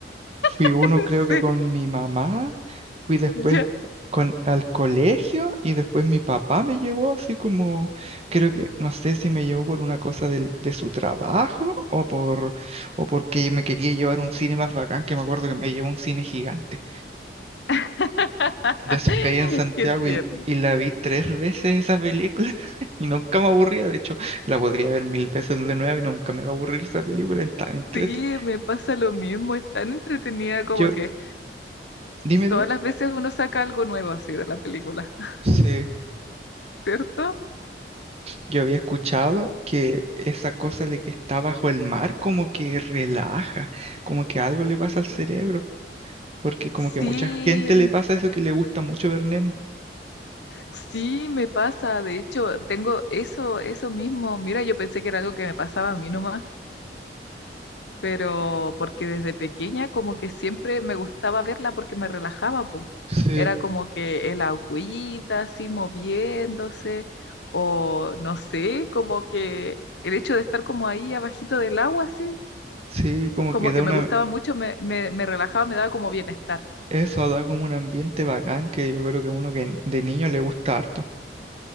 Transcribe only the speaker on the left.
<laughs>
en
serio,
ya.
<laughs>
Qué tierno.
Sí, me pasa lo mismo, es tan entretenida como
que
todas
las veces uno saca algo nuevo así de la película, <laughs>
¿cierto?
Sí,
sí, me pasa, de hecho, tengo eso, eso mismo, mira, yo pensé que era algo que me pasaba a mí nomás, pero porque desde pequeña como que siempre me gustaba verla porque me relajaba, po.
Era como que el agüita así moviéndose, o no sé, como que el hecho de estar como ahí abajito del agua, así
como
que
me gustaba mucho, me, me, me relajaba, me daba como bienestar.